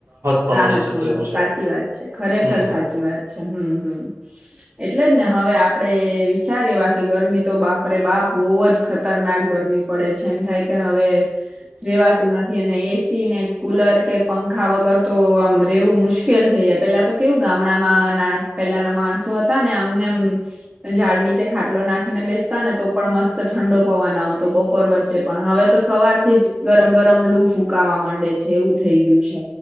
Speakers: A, on the right; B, on the right.
A: પણ
B: રાહત
A: મળી શકે
B: મળે
A: એવું છે
B: સાચી વાત છે. ખરેખર
A: હમ
B: સાચી વાત છે. હમ્મ હમ્મ એટલે જ ને હવે આપણે વિચારવા કે ગરમી તો બાપરે બાપ બહુ જ ખતરનાક ગરમી પડે છે. એમ થાય કે હવે રેવાતું નથી અને એસી ને કુલર કે પંખા વગર તો આમ રેવું મુશ્કેલ થઈ જાય પેલા તો કેવું ગામડામાં ના પેલાના માણસો હતા ને આમનેમ ઝાડ નીચે ખાટલો નાખીને બેસતા ને તો પણ મસ્ત ઠંડો પવાના આવ. તો બપોર વચ્ચે પણ હવે તો સવારથી જ ગરમ ગરમ લૂ ફૂકાવા માંડે. છે એવું થઈ ગયું છે.